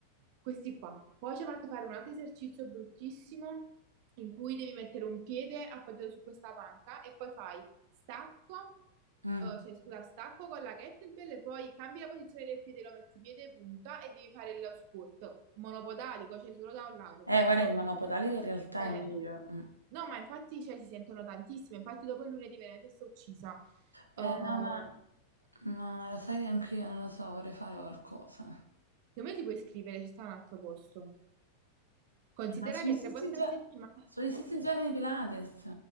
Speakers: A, on the right; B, on the right.
A: Questi qua. Poi ci ha fatto fare un altro esercizio bruttissimo in cui devi mettere un piede appoggiato su questa panca e poi fai stacco,
B: mm.
A: eh, cioè scusa, stacco con la kettlebell e poi cambi la posizione del piede, lo metti piede punta e devi fare il squat monopodalico, cioè solo da un lato,
B: Eh,
A: capito?
B: guarda, il monopodale in realtà
A: Eh.
B: è meglio. mm.
A: No, ma infatti cioè, si sentono tantissime, infatti dopo il lunedì veramente sto uccisa.
B: Eh,
A: Uh,
B: no, ma, ma lo sai che anch'io non lo so, vorrei fare qualcosa.
A: secondo me ti puoi iscrivere, ci sta un altro posto. Considera
B: Ma sono
A: che
B: gli stessi,
A: tre volte
B: gio-
A: a settimana.
B: sono gli stessi giorni di Pilates.